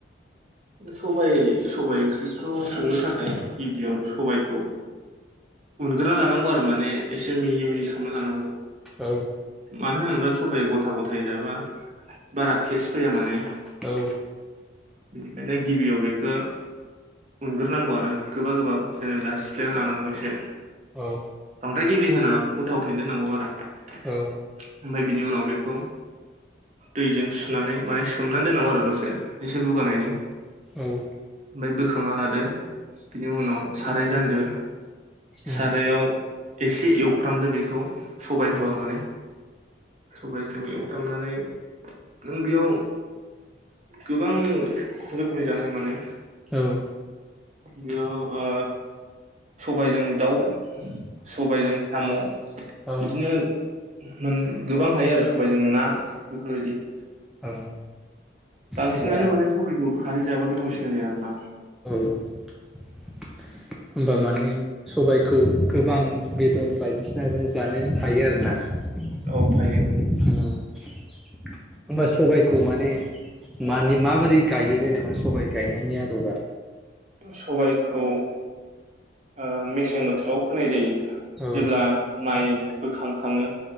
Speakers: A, on the right; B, in the centre.
A: सबाय सबाय ओंख्रिखौ संनो थाखाय गिबियाव सबाइखौ उनग्रोना लानांगौ आरो माने एसे मिहि मिहि खालामना लानांगौ।
B: औ
A: मानो होनोबा सबाया गथा गथायै जाबा बारा टेस्ट फैया माने
B: औ।
A: ओंखायनो गिबियाव बेखो उग्रोनांगौ आरो गोबा गोबा जेनेबा सिफ्लायना लानांगौ एसे
B: औ
A: बांद्राय गेब्लेहोनाङा गथा गथायैनो दोननांगौ आरो ओमफ्राय
B: औ
A: बिनि उनाव बेखौ दैजों सुनानै माने सोमनानै दोननांगौ आरो दसे एसे बुगानायनि
B: औ।
A: ओमफ्राय बोखांना लादो बिनि उनाव साराय जान्दो
B: उम
A: सारायाव एसे एवफ्रामदो बेखौ सबायखौ
B: औ
A: आरो माने सबायखौ एवफ्रामनानै नों बेयाव गोबां रोखोमनि जानो हायो माने
B: औ।
A: बेयाव ओ सबायजों दाउ सबायजों साम'
B: औ
A: बिदिनो मोन गोबां हायो आरो सबायजों ना बेफोरबायदि
B: औ।
A: बांसिनानो
B: होमबा
A: माने सबाइखौ खारै जाबा गोथावसिन जायो आरोना।
B: <inaudible> होमबा माने सबायखौ गोबां बेदर बायदिसिना जों जानो हायो आरोना। होमबा
A: औ हायो
B: सबायखौ माने मानि माबोरै गायो जेनेबा सबाय गायनायनि आदबा
A: सबायखौ ओ मेसें बोथोराव फोनाय जायो।
B: औ
A: जेब्ला माइ बोखांखाङो